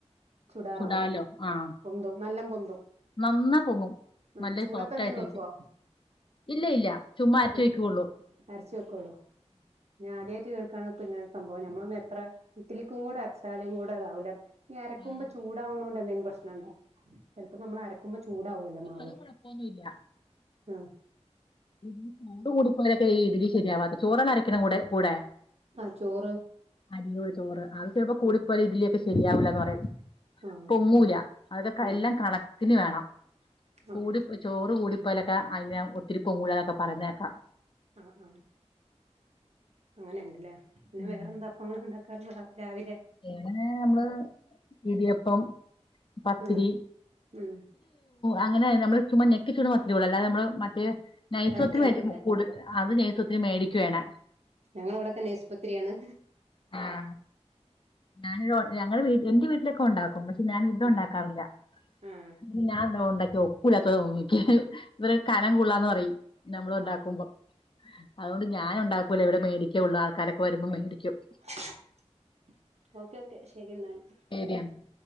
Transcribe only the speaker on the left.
ചുടാലോ ആഹ്
നന്നാ പൊങ്ങും
നല്ല
സോഫ്റ്റ് ആയിട്ടിരിക്കും
ഇല്ല ഇല്ല ചുമ്മാ അരച്ച്
വയ്ക്കുള്ളൂ
ആഹ്
അത് കൊഴപ്പൊന്നുല്ല
ഇി ചോറു കൂടിപ്പോയാൽ ഒക്കെ ഈ ഇഡലി ശരിയാവാത്തത് ചോറാണ് അരയ്ക്കണ കൂടെ കൂടെ
അരിട് ചോറ് അത് ചിലപ്പ കൂടിപ്പോയാൽ
ഇഡലി ഒക്കെ ശരിയാവൂലന്ന് പറയും
പൊങ്ങൂല അതെല്ലാം
കണക്കിന് വേണം
കൂടി ചോറ് കൂടി പോയാൽ ഒക്കെ അതിങ്ങനെ അതിനെ ഒത്തിരി പൊങ്ങൂലാന്നൊക്കെ പറയുന്നത് കേൾക്കാം
ഉം
വേറെ നമ്മള് ഇടിയപ്പം പത്തിരി
അങ്ങനെ നമ്മള് ചുമ <inaudible> മാത്രമേ ഉള്ളൂ അല്ലതെ നമ്മള് മറ്റേ നൈസ്
പത്തിരി
കൂടു അത് നൈസത്തിന് മേടിക്കുവേണ
ആഹ് ഞാൻ ഞങ്ങടെ വീ എന്റെ വീട്ടിലൊക്കെ ഒണ്ടാക്കും പക്ഷെ ഞാൻ ഇവിടെ ഉണ്ടാക്കാറില്ല
ഞാൻ ഇന്നാള് ഉണ്ടാക്കിയത് ഉപ്പില്ലാത്ത <inaudible> ഇവര് കനം കൂടുതൽ ആണെന്ന് പറയും നമ്മൾ ഉണ്ടാക്കുമ്പോ
അതുകൊണ്ട് ഞാന് ഉണ്ടാക്കൂല ഇവിടെ മേടിക്കേള്ളൂ ആൾക്കാരൊക്കെ വരുമ്പോ മേടിക്കും
ശരിയെന്ന്